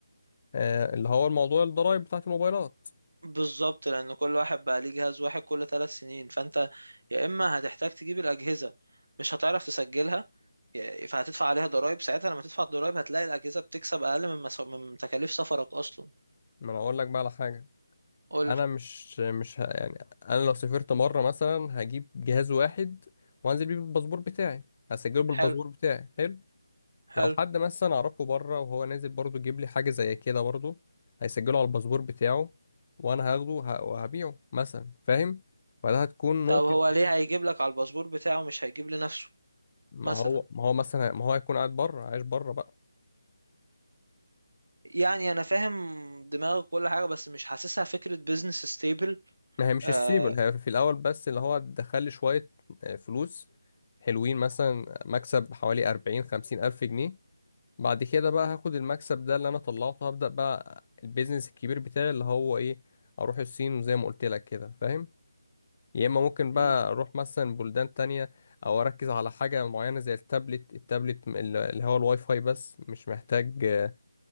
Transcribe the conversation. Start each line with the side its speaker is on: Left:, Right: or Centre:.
Left: آه اللي هو الموضوع الضرايب بتاعت الموبايلات
Right: بالظبط لان كل واحد بقى ليه جهاز واحد كل ثلاث سنين فانت يا اما هتحتاج تجيب الاجهزه مش هتعرف تسجلها يا- فهتدفع عليها ضرائب ساعتها لما تدفع الضرائب هتلاقي الاجهزه بتكسب اقل من مس... من تكاليف سفرك اصلا
Left: ما انا اقول لك بقى على حاجة
Right: قول
Left: انا
Right: لي
Left: مش مش ه... يعني انا لو سافرت مرة مثلا هجيب جهاز واحد وانزل بيه بالباسبور بتاعي هسجله بالباسبور
Right: حلو
Left: بتاعي حلو
Right: حلو
Left: لو حد مثلا اعرفه بره وهو نازل برضه يجيب لي حاجة زي كده برضه هيسجله على الباسبور بتاعه وانا هاخده وه- وهبيعه مثلا فاهم فده هتكون
Right: طب
Left: نقطة
Right: هو ليه هيجيب لك على الباسبور بتاعه مش هيجيب لنفسه
Left: ما
Right: مثلا
Left: هو ما هو مثلا ما هو هيكون قاعد بره عايش بره بقى
Right: يعني انا فاهم دماغك كل حاجه بس مش حاسسها فكره بيزنس ستيبل
Left: ما هي مش
Right: آه
Left: السيبل هي في الاول بس اللي هو دخل لي شويه آه، فلوس حلوين مثلا مكسب حوالي 40 50 الف جنيه بعد كده بقى هاخد المكسب ده اللي انا طلعته هبدا بقى البيزنس الكبير بتاعي اللي هو ايه اروح الصين وزي ما قلت لك كده فاهم يا اما ممكن بقى
Right: امم
Left: اروح مثلا بلدان تانية او اركز على حاجه معينه زي التابلت التابلت م- اللي هو الواي فاي بس مش محتاج آه،